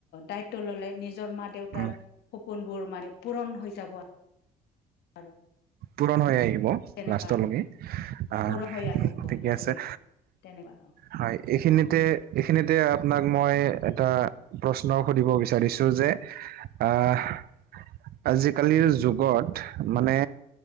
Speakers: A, on the left; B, on the right.
A: দায়ি তললে নিজৰ মা দেউতাৰ
B: উম।
A: সপোনবোৰ মানে পূৰণ হৈ যাব- আৰু
B: পূৰণ হৈ আহিব- হ'ব
A: তেনেকুৱা
B: লাষ্টৰ লৈকে আহ
A: পূৰণ হৈ আহিব অ
B: ঠিকে
A: লাজলৈকে
B: আছে-
A: তেনেকুৱা অ
B: হয় এইখিনিতে এইখিনিতে আপোনাক মই এটা প্ৰশ্ন সুধিব বিচাৰিছোঁ যে আহ- আজিকালিৰ যুগত মানে